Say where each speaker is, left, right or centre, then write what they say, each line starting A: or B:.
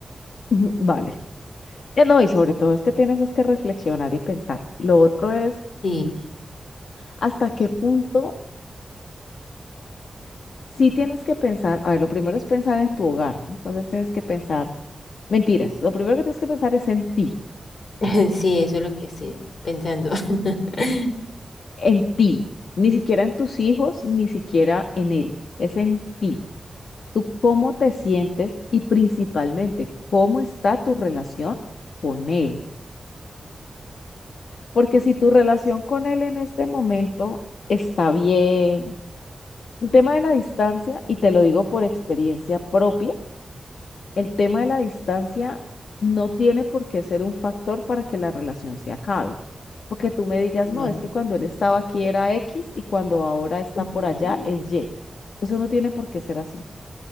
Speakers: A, on the left; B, on the left.
A: <laughs> vale, ya no, y sobre todo es que tienes es que reflexionar y pensar. Lo otro es,
B: Sí,
A: ¿hasta qué punto Sí tienes que pensar, a ver, lo primero es pensar en tu hogar, ¿no? Entonces tienes que pensar, mentiras, lo primero que tienes que pensar es en ti,
B: <laughs> sí, eso es lo que estoy pensando. <laughs>
A: en ti, ni siquiera en tus hijos, ni siquiera en él, es en ti. Tú cómo te sientes y principalmente cómo está tu relación con él. Porque si tu relación con él en este momento está bien, un tema de la distancia, y te lo digo por experiencia propia, el tema de la distancia no tiene por qué ser un factor para que la relación se acabe. Porque tú me digas,
B: Claro.
A: no, es que cuando él estaba aquí era X y cuando ahora está
B: Ujú.
A: por allá es Y. Eso no tiene por qué ser así.